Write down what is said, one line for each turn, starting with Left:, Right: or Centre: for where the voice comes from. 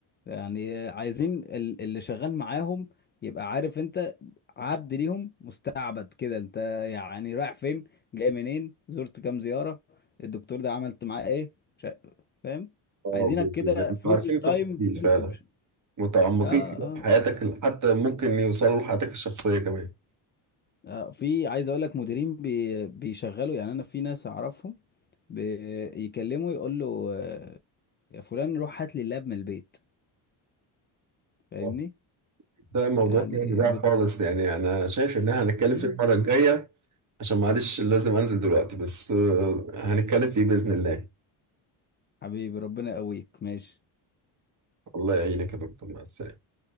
Left: يعني عايزين ال- اللي شغال معاهم يبقى عارف انت عبد ليهم مستعبد كده انت يعني رايح فين جاي منين زرت كام زيارة الدكتور ده عملت معاه ايه شا- فاهم
Right: <laughs> اه
Left: عايزينك
Right: ب-
Left: كده
Right: ب- بيبقوا
Left: فول
Right: عارفين التفاصيل
Left: تايم فول
Right: فعلا
Left: اوبشن
Right: متعمقين
Left: اه
Right: كده
Left: اه
Right: في حياتك حتى ممكن يوصلوا لحياتك الشخصية كمان
Left: آه، في عايز اقول لك مديرين بي بيشغلوا يعني انا في ناس اعرفهم بيكلموا يقول له آه، يا فلان روح هات لي اللاب من البيت فاهمني
Right: آه، ده موضوع
Left: يعني
Right: تاني بقى
Left: بت...
Right: خالص يعني انا شايف ان احنا هنتكلم
Left: مم؟
Right: فيه المرة الجاية عشان معلش لازم انزل دلوقتي بس آه، هنتكلم فيه بإذن الله
Left: حبيبي ربنا يقويك ماشي
Right: الله يعينك يا دكتور مع السلامة